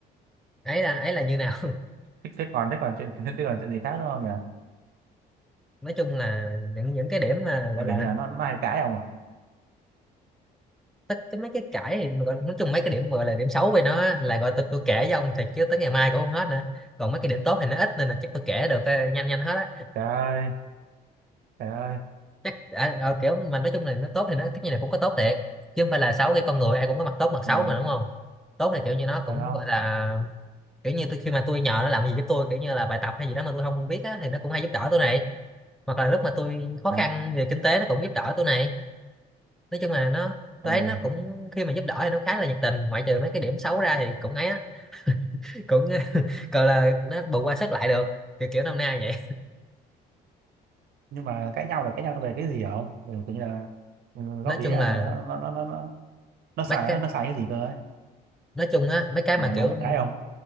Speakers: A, in the centre; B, on the right.
A: ấy là ấy là như nào
B: thế, thế còn thế còn chuyện <laughs> thế còn chuyện gì khác nữa không nhỉ
A: <laughs> nói chung là những những cái điểm mà gọi
B: là
A: là
B: kiểu như là nó nó hay cãi ông à
A: tất cái mấy cái cãi thì mà gọi, nói chung mấy cái điểm gọi là điểm xấu về nó là gọi tôi tôi kể với ông thiệt chứ tới ngày mai cũng không hết nữa còn mấy cái điểm tốt thì nó ít nên là chắc tôi kể được ờ, nhanh nhanh hết á
B: trời ơi trời ơi
A: chắc à, ờ, kiểu mà nói chung là nó tốt thì nó tất nhiên là cũng có tốt thiệt chứ không phải là xấu cái con người ai cũng có mặt tốt mặt xấu
B: ừ,
A: mà đúng không tốt thì kiểu như nó cũng
B: ừ không
A: gọi là kiểu như tôi khi mà tôi nhờ nó làm gì giúp tôi kiểu như là bài tập hay gì đó mà tôi không biết á thì nó cũng hay giúp đỡ tôi này hoặc là lúc mà tôi khó
B: à
A: khăn về kinh tế nó cũng giúp đỡ tôi này nói chung là nó tôi
B: ừ.
A: thấy nó cũng khi mà giúp đỡ thì nó khá là nhiệt tình ngoại trừ mấy cái điểm xấu ra thì cũng ấy á cũng <laughs> gọi là nó bù qua sức lại được kiểu kiểu năm nay vậy
B: nhưng mà cãi nhau là cãi nhau về cái gì hả ông ừ, tự nhiên là ừ, góp
A: nói
B: ý
A: chung
B: là
A: là
B: nó nó nó nó nó, nó xài
A: mấy cái
B: nó, nó xài cái gì cơ ấy
A: nói chung á mấy cái
B: mà
A: mà
B: mà
A: kiểu
B: nó cãi ông